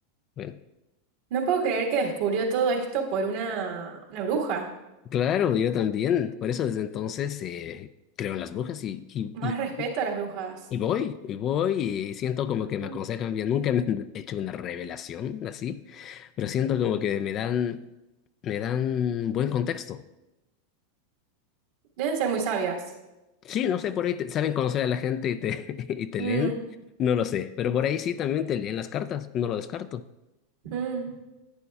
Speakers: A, on the left; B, on the right.
A: Bueno,
B: No puedo creer que descubrió todo esto por una, una bruja.
A: claro, yo también. Por eso desde entonces eh, creo en las brujas y, y,
B: Más
A: y,
B: respeto a las brujas.
A: y voy, y voy, y siento como que me
B: Mm,
A: aconsejan bien. Nunca me han <laughs> hecho una revelación así, pero siento como que me dan, me dan buen contexto.
B: Deben ser muy sabias.
A: Sí, no sé, por ahí te- saben conocer a la gente y te, <laughs> y te
B: Mm,
A: leen, no lo sé, pero por ahí sí también te leen las cartas, no lo descarto.
B: mm.